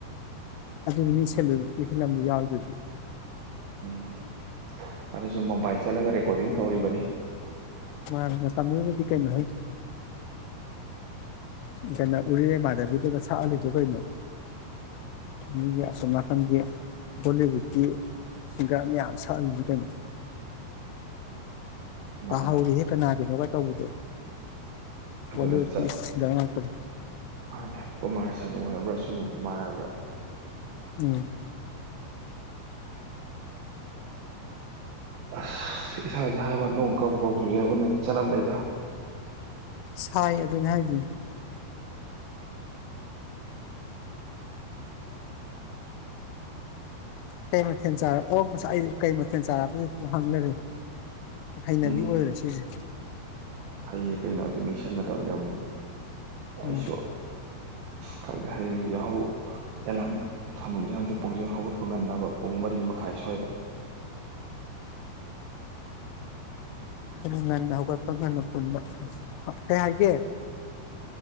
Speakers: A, on the left; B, on the right.
A: ꯑꯗꯨ ꯃꯤꯁꯂꯨꯟ ꯐꯤꯂꯝꯗ ꯌꯥꯎꯗꯨꯗꯤ
B: ꯎꯝ ꯑꯗꯨꯁꯨ ꯃꯣꯕꯥꯏ ꯆꯠꯂꯒ ꯔꯦꯀꯣꯔꯗꯤꯡ ꯇꯧꯔꯤꯕꯅꯤ꯫
A: ꯃꯥꯅ° ꯃꯇꯝꯗꯨꯗꯗꯤ ꯀꯩꯅꯣꯍꯦ ꯗꯅ ꯎꯔꯤꯔꯩꯃꯥꯙꯕꯤꯗꯒ ꯁꯛꯍꯜꯂꯤꯗꯨ ꯀꯩꯅꯣ ꯃꯤꯒꯤ ꯑꯁꯣꯝ ꯅꯥꯀꯟꯒꯤ ꯕꯣꯂꯤꯋꯨꯗꯀꯤ ꯁꯤꯡꯒꯥꯔ ꯃꯌꯥꯝ ꯁꯛꯍꯜꯂꯤꯅꯤ ꯀꯩꯅꯣ꯫
B: ꯃꯥꯅ
A: ꯄꯍꯧꯔ°ꯍ° ꯀꯥꯅꯒꯤꯅꯣ ꯇꯧꯕꯗꯣ
B: ꯑꯗꯨꯅ
A: ꯕꯣꯂꯤꯋꯨꯗꯀꯤ
B: ꯆꯠ
A: ꯁꯤꯡꯒꯥꯔ ꯉꯥꯛꯇꯅꯦ
B: ꯃꯥꯅꯦ ꯀꯨꯃꯥꯔ ꯁꯅꯨ ꯍꯥꯏꯕ꯭ꯔꯥ ꯁꯨꯅꯨ ꯀꯨꯃꯥꯔ ꯍꯥꯏꯕ꯭ꯔꯥ꯫
A: ꯎꯝ꯫
B: ꯑꯁ ꯏꯁꯥꯁꯦ ꯍꯥꯏꯕ ꯅꯣꯡ ꯀꯕꯨꯛ ꯀꯕꯨꯛ ꯆꯨꯖꯩ ꯍꯥꯏꯕ ꯋꯅꯦ ꯆꯅꯞꯅꯩꯗ꯫
A: ꯁꯥꯏ ꯑꯗꯨꯅꯦ ꯍꯥꯏꯖꯦ꯫ ꯀꯩ ꯃꯊꯦꯜ ꯆꯥꯔ ꯑꯣ ꯉꯁꯥꯢ ꯀꯩ ꯃꯊꯦꯜ ꯆꯥꯔꯒꯦꯗ ꯍꯪꯂꯩꯔꯦ꯫ ꯍꯩꯅꯕꯤ
B: ꯎꯝ
A: ꯑꯣꯏꯔꯦ ꯁꯤꯁꯦ꯫
B: ꯐꯩꯌꯦ ꯀꯩꯅꯣ ꯑꯗꯨ ꯅꯤꯡꯁꯤꯡꯒꯗꯕꯅꯦ ꯑꯃꯨꯛꯃꯨꯛ꯫
A: ꯎꯝ
B: ꯑꯩꯁꯨ꯫ ꯑꯁ ꯈꯪꯗꯦ ꯍꯌꯦꯡꯁꯦ ꯌꯥꯍꯧ ꯑꯦꯂꯥꯔꯝ ꯊꯝꯃꯝꯁꯤꯔꯈꯪꯗꯦ ꯄꯨꯡꯁꯦ ꯍꯧꯒꯠꯄ ꯉꯟꯅꯕ ꯄꯨꯡ ꯃꯔꯤ ꯃꯈꯥꯏ ꯁ꯭ꯋꯥꯏꯗ꯫
A: ꯑꯗꯨ ꯉꯟꯅ ꯍꯧꯒꯠꯄ ꯉꯟꯅ ꯄꯨꯟꯕ ꯀꯩ ꯍꯥꯏꯒꯦ꯫